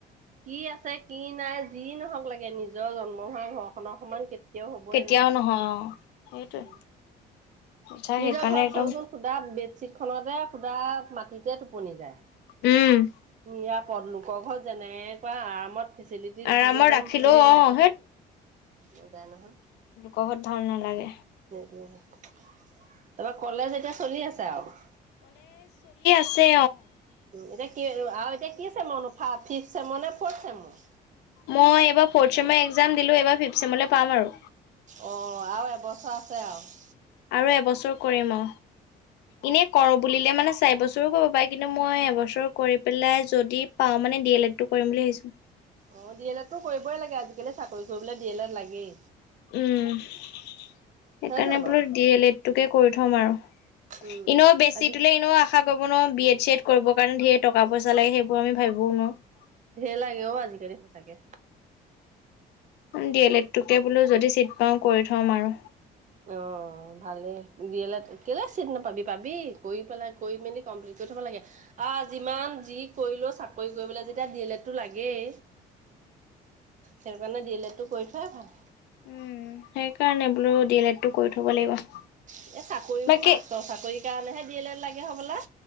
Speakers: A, on the right (about 45°); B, on the left (about 85°).
A: কি আছে কি নাই যি নহক লাগে নিজৰ জন্ম হোৱা ঘৰ খনৰ সমান কে কেতিয়াও হবই
B: কেতিয়াও
A: নোৱাৰে
B: নহয় অ'। সেইটোৱে
A: উ
B: জেঠাই
A: নিজৰ
B: সেইকাৰণে
A: ঘৰত
B: একদম
A: চাবচোন শুদা বেডশ্বীট খনতে শুদা মাটিতে টোপনি যায়
B: উম
A: নিৰাপদ লোকৰ ঘৰত যেনেকুৱা আৰামত চিলিটি
B: আৰামত
A: দিলেও জানো
B: ৰাখিলেও
A: টোপনি
B: অ'
A: যায় নাযায় নহয়
B: কহৰ ভাল নালাগে
A: তাৰপৰা কলেজ এতিয়া চলি আছে আৰু
B: ছে
A: উ এতিয়া কি আৰু এতিয়া কি চেমৰ নু ফিফ ছেমৰ নে ফৰ্থ চেমৰ
B: মই এইবাৰ ফ'ৰ্থ চেমৰ এক্সাম দিলোঁ এইবাৰ ফিফ্থ চেমলৈ পাম আৰু
A: অ আৰু এবছৰ আছে আৰু
B: আৰু এবছৰ কৰিম অ এনে কৰোঁ বুলি এ মানে চাৰি বছৰো কৰিব পাৰি কিন্তু মই এবছৰ কৰি পেলাই যদি পাও মানে ডি এল এড টো কৰিম বুলি ভাবিছো
A: অ ডি এল এটো কৰিবই লাগে আজিকালি চাকৰি কৰিবলৈ ডি এল এড লাগেই
B: উম সেইকাৰণে
A: হয় নহয় বাৰু
B: বোলো ডি এল এডটোকে কৰি থম আৰু
A: উম।
B: ইনেও বেছিটোলেে
A: আজি
B: ইনো আশা কৰ কৰিব নোৱাৰো বি এড চি এড কৰিবৰ কাৰণে ধেৰ টকা পইচা লাগে সেইবোৰ আমি ভাবিবও নোৱাৰো
A: ধেই লাগে অ' আজিকালি সচাকে।
B: দিযে লেত এটোকে বোলো যদি চিট পাও কৰি থম আৰু।।
A: অ' ভালেই দিয়ে লেদ কিয় চিট নাপাবি পাবি কৰি পেলাই কৰি মেলি কমপ্লিট কৰি থব লাগে। আহ যিমান যি কৰিলো চাকৰি কৰিবলৈ যেতিয়া দিয়ে লেত তো লাগেই সেই কাৰণে দিলেতো কৰি থুৱাই ভাল।
B: উম, সেইকাৰণে বোলো ডি এল এডটো কৰি থব লাগিব।
A: এই চাকৰিবোৰ
B: বাকী
A: মাষ্টৰ চাকৰিৰ কাৰণেহে দডি এল এড লাগে হ'বলা।